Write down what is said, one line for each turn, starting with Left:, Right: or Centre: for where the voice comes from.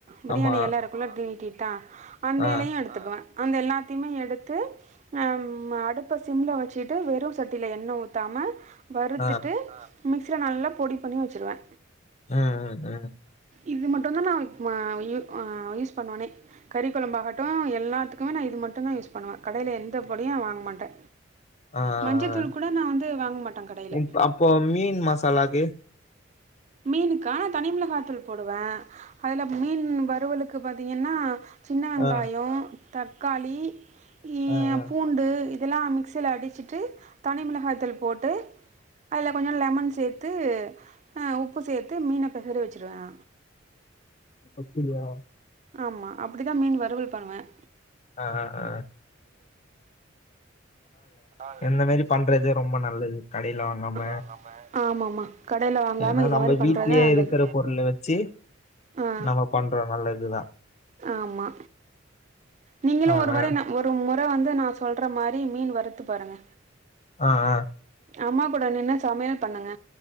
Right: பிரியாணி
Left: ஆமா.
Right: எலருக்குள்ள இப்டி நீட்டி ட அந்த
Left: ஆ
Right: எலையு எடுத்துக்குவே அந்த எல்லாத்தையுமே எடுத்து ஆ அடுப்ப சிம்ல வச்சிட்டு வெறு சட்டியில எண்ணெ ஊத்தாம வறுத்துட்டு
Left: ஆ.
Right: ஆ மிக்சில நல்லா பொடி பண்ணி வச்சுருவே
Left: ம் ம் ம்
Right: இது மட்டுதா நா வ யூ ஆ யூஸ் பண்ணுவனே கறி கொழம்பாகட்டு எல்லாத்துக்குமே நா இது மட்டுதா யூஸ் பண்ணுவே கடையில எந்த பொடியு வாங்க மாட்டே
Left: ஆ ஆ
Right: மஞ்சத்தூள்
Left: ஆ.
Right: கூட நா வந்து வாங்க மாட்டே கடையில
Left: இப் அப்போ மீன் மசாலாக்கு?
Right: மீனுக்கா தனி மிளகாத்தூள் போடுவே அதுல மீன் வறுவலுக்கு பாத்தீங்கன்னா சின்ன வெங்காயம்
Left: ஆ
Right: தக்காளி இ
Left: ஆ ஆ.
Right: பூண்டு எல்லா மிக்சில அடிச்சிட்டு தனிமிளகாய்தூள் போட்டு அதுல கொஞ்சம் லெமன் சேத்து ஆ உப்பு சேத் து மீன பெசற வச்சிருவே நா
Left: அப்படியா
Right: ஆமா அப்படிதா மீன் வறுவல் பண்ணுவேன்
Left: ஆ ஆ ஆ ஆ
Right: ஆ
Left: இந்த மாரி பண்றது ரொம்ப நல்லது. கடையில வாங்காம.
Right: ஆமா ஆம் மா கடையில வாங்காம
Left: ஏன்னா
Right: இத
Left: நம்ம
Right: மாரி பண்றதுதா
Left: வீட்லயே
Right: நல்லது
Left: இருக்கிற பொருள வச்சு
Right: அ
Left: நம்ம பண்றோம் நல்லதுதான்.
Right: ஆமா நீங்களு
Left: ஆ
Right: ஒரு முற
Left: ஆ
Right: நா ஒரு ப்ப வந்து நா சொல்ற மாரி மீன் வருத் த்து பாருங்க
Left: ஆ ஆ
Right: அம்மா கூட நின்னு சமையல் பண்ணுங்க